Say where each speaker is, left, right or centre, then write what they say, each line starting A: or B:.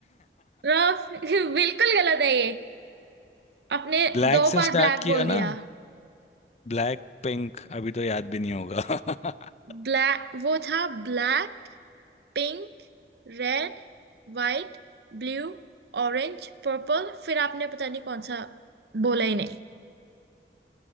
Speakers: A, on the right; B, on the left.
A: wrong <laughs> बिल्कुल गलत है ये आपने
B: Black
A: दो
B: <laughs> से
A: बार
B: स्टार्ट
A: ब्लैक
B: किया
A: बोल
B: ना
A: दिया
B: ब्लैक पिंक अभी तो याद भी नहीं होगा <laughs>
A: ब्लैक वो था Black pink red white blue orange purple फिर आपने पता नहीं कौन सा बोला ही नहीं